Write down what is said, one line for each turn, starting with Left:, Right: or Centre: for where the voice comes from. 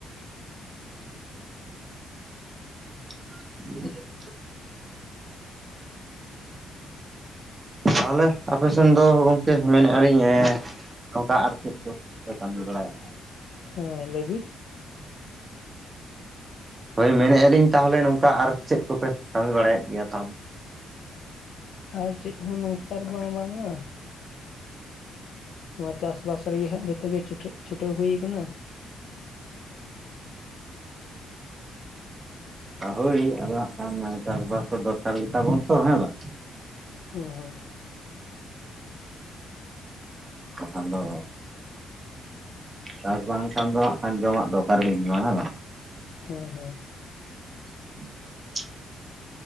Right: <inaudible> ᱛᱟᱦᱚᱞᱮ ᱟᱯᱮ ᱥᱮᱱ ᱫᱚ ᱜᱚᱢᱠᱮ ᱢᱮᱱᱮᱫᱟᱞᱤᱧᱼᱼ ᱱᱚᱝᱠᱟ ᱟᱨ ᱪᱮᱫ ᱠᱚᱯᱮ ᱠᱟᱹᱢᱤ ᱵᱟᱲᱟᱭᱮᱫᱼᱟ?
Left: ᱦᱮᱸ ᱞᱟᱹᱭ ᱵᱤ ᱾
Right: ᱦᱳᱭ ᱢᱮᱱᱮᱫ ᱟᱞᱤᱧ ᱛᱟᱦᱞᱮ ᱱᱚᱝᱠᱟ ᱟᱨ ᱪᱮᱫ ᱠᱚᱯᱮ ᱠᱟᱹᱢᱤ ᱵᱟᱲᱟᱭᱮᱫ ᱜᱮᱭᱟ ᱛᱟᱦᱞᱮ?
Left: ᱟᱨ ᱪᱮᱫ ᱦᱚᱸ ᱱᱚᱠᱛᱟᱨ ᱵᱟᱝ ᱵᱟᱝᱟ ᱾ ᱱᱚᱣᱟ ᱪᱟᱥ ᱵᱟᱥ ᱨᱮᱜᱮ ᱦᱟᱜ ᱡᱚᱛᱚᱜ ᱜᱮ ᱪᱷᱩᱴᱟᱹᱜ ᱪᱷᱩᱴᱟᱹᱣ ᱦᱩᱭ ᱠᱟᱱᱟ ᱾
Right: ᱟ ᱦᱳᱭ ᱟᱫᱚ ᱦᱟᱸᱜ ᱠᱷᱟᱱ ᱪᱟᱥ ᱵᱟᱥ ᱠᱚ ᱫᱚᱨᱠᱟᱨ ᱜᱮ ᱛᱟᱵᱚᱱ ᱛᱚ ᱦᱮᱸ ᱵᱟᱝ?
Left: ᱦᱮᱸ ᱦᱮᱸ᱾
Right: ᱵᱟᱝᱠᱷᱟᱱ ᱫᱚ ᱪᱟᱥ ᱵᱟᱝᱠᱷᱟᱱ ᱫᱚ ᱦᱟᱸᱜ ᱠᱷᱟᱱ ᱡᱚᱢᱟᱜ ᱫᱚ ᱚᱠᱟ ᱨᱮᱵᱤᱱ ᱧᱟᱢᱟ ᱦᱮᱸ ᱵᱟᱝ?
Left: ᱦᱮᱸ ᱦᱮᱸ᱾
Right: <inaudible>